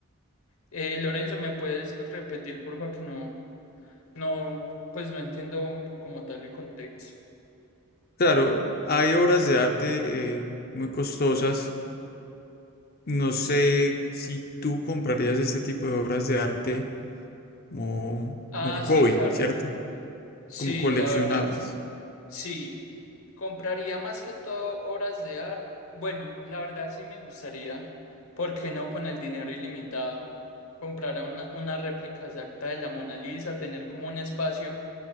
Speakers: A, on the left (about 70°); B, on the left (about 40°).
A: Eh, Lorenzo, ¿me puedes repetir, porfa, que no, no, pues no entiendo como tal el contexto?
B: Claro, hay obras de arte, eh, muy costosas. No sé si tú comprarías este tipo de obras de arte como
A: Ah,
B: un hobby,
A: sí, claro.
B: ¿cierto?
A: Sí,
B: Como coleccionarlas.
A: la verdad, sí. Compraría más que todo obras de arte. Bueno, la verdad sí me gustaría, ¿por qué no con el dinero ilimitado? Comprar una, una réplica exacta de la Mona Lisa, tener como un espacio